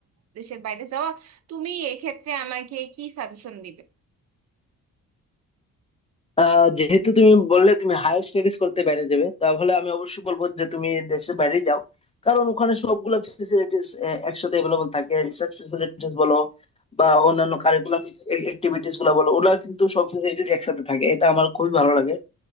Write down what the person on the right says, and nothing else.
দেশের বাইরে যাওয়া তুমি এক্ষেত্রে আমাকে কি সাজেশন দিবে